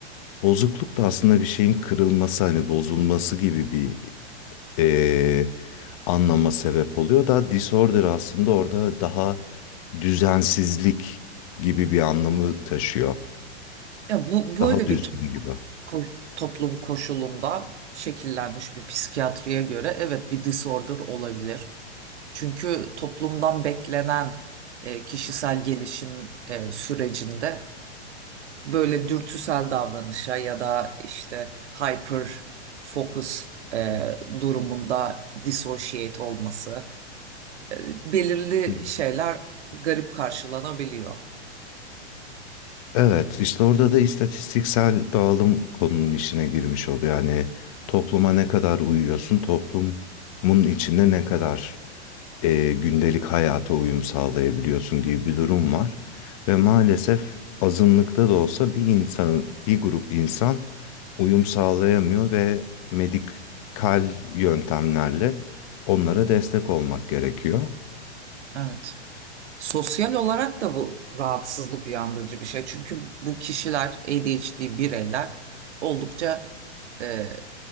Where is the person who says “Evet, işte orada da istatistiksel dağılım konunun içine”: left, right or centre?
Left